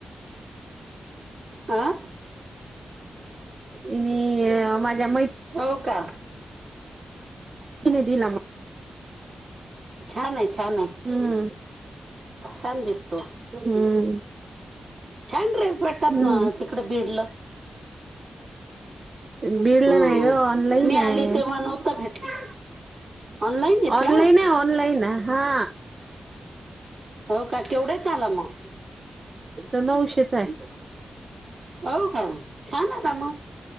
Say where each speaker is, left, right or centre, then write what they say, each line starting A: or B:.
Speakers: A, on the right (about 65°); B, on the right (about 40°).
A: आं.
B: ईणि माझ्या मै
A: हो का.
B: तिने दिला म
A: छान आहे. छान आहे
B: हम्म
A: छान दिसतो
B: हम्म.
A: छान ड्रेस भेटतात
B: हम्म
A: ना तिकडं बिडला.
B: बिडला
A: हम्म
B: नाही ग ऑनलाईन
A: मी आली
B: ये.
A: तेव्हा नव्हता भेटला ऑनलाईन घेतला
B: ऑनलाईन ये ऑनलाईन हा.
A: हो का केवढ्यात आलं मग?
B: तर नऊशेचा हाय.
A: हो का छान आला मं.